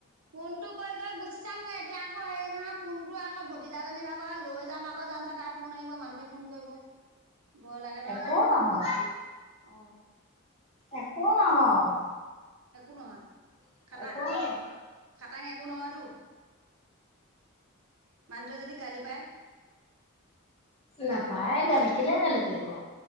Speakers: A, on the right; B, on the left.
A: ফোনটো কৈ কৈ গুচি যামগে এতিয়া আকৌ হেৰি নহয় ফোনটো আকৌ ভতিজাজনী ভাগৰ হে। লৈ যাম আকৌ জানোচা তাইৰ ফোন আহিব, মানুহটোৱে ফোন কৰিব। ভয় লাগে নহয়
B: একো
A: আকৌ তেনেকুৱাত,
B: নহয়
A: অ।
B: একো নহয়।
A: একো নহয়।
B: আকৌ
A: খাটাং। খাটাং একো নহয়তো? মানুহটোৱে যদি গালি পাএ?
B: নাপাএ গালি, কেলে গালি পাৰিব?